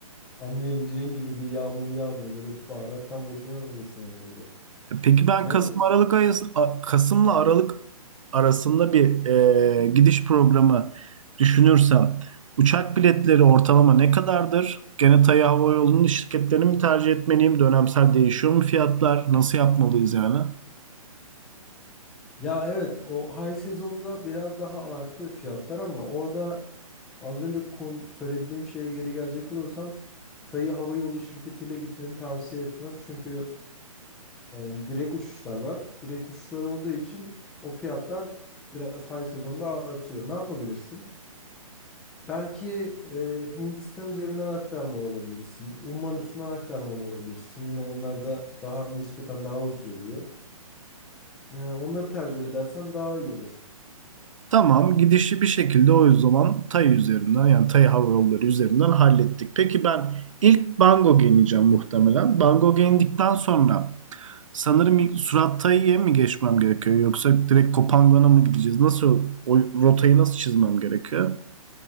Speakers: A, in the centre; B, on the right (about 60°).
A: anlayabileceğin gibi bir yağmur yağmıyor. Böyle bardaktan boşanırcasına yağıyor.
B: Peki ben
A: Ne?
B: Kasım Aralık ayı A- Kasım'la Aralık arasında bir e, gidiş programı düşünürsem uçak biletleri ortalama ne kadardır? Gene Tayyip Hava Yolu'nun şirketlerini mi tercih etmeliyim? Dönemsel değişiyor mu fiyatlar? Nasıl yapmalıyız yani?
A: Ya evet o high sezonda biraz daha artıyor fiyatlar ama orada az önce kon- söylediğim şeye geri gelecek olursam Tayı Hava Yolu şirketiyle gitmeni tavsiye etmem. Çünkü e, direkt uçuşlar var. Direkt uçuşlar olduğu için o fiyatlar biraz high sezonda artıyor. Ne yapabilirsin? Belki e, Hindistan üzerinden aktarmalı alabilirsin. Umman üstünden aktarmalı alabilirsin. Yine onlar da daha nispeten daha ucuz oluyor. E, onları tercih edersen daha iyi olur.
B: Tamam gidişi bir şekilde o zaman Tay üzerinden yani Tay Hava Yolları üzerinden hallettik. Peki ben ilk Bangkok'a ineceğim muhtemelen. Bangkok'a indikten sonra Sanırım ilk Surattayı'ya mı geçmem gerekiyor yoksa direkt Kopangan'a mı gideceğiz? Nasıl o, rotayı nasıl çizmem gerekiyor?